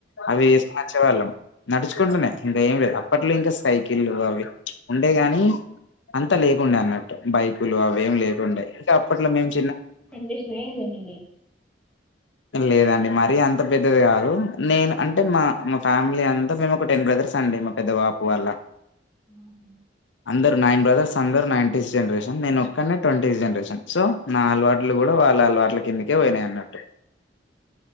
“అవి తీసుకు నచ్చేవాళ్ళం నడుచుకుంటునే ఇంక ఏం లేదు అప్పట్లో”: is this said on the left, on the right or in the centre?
Left